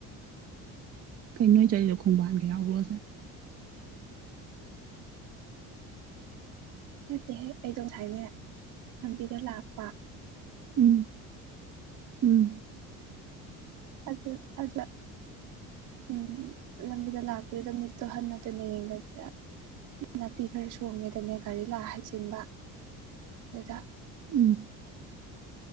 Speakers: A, on the right; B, on the right.
A: ꯀꯩꯅꯣꯏ ꯆꯠꯂꯤꯗꯣ ꯈꯣꯡꯕꯥꯟꯗ ꯌꯥꯎꯔꯣꯁꯦ
B: ꯅꯠꯇꯦꯍꯦꯛ ꯑꯩꯗꯣꯝ ꯍꯥꯏꯥꯏꯅ ꯂꯝꯕꯤꯗ ꯂꯥꯛꯄ
A: ꯎꯝ ꯎꯝ
B: ꯑꯗꯨꯗ ꯑꯗꯨꯗ ꯎꯝ ꯂꯝꯕꯤꯗ ꯂꯥꯛꯄꯗꯨꯗ ꯃꯤꯠꯇꯨ ꯍꯟꯅ ꯇꯟꯅ ꯌꯦꯡꯗꯕꯤꯗ ꯅꯥꯄꯤ ꯈꯔ ꯁꯣꯡꯉꯦꯗꯅꯦ ꯒꯥꯔꯤ ꯂꯥꯛ ꯍꯩꯖꯤꯟꯕ ꯆꯗꯥꯛ
A: ꯎꯝ